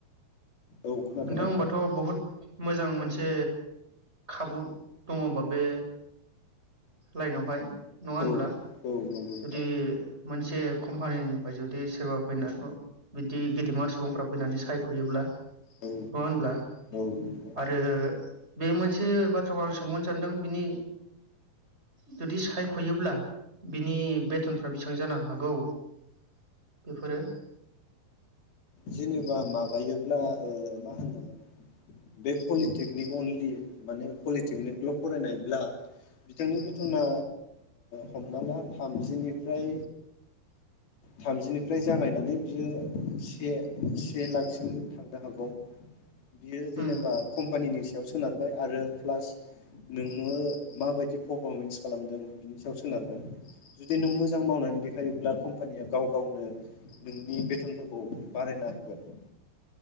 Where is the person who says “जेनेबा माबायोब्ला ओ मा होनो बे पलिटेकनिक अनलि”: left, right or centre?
Left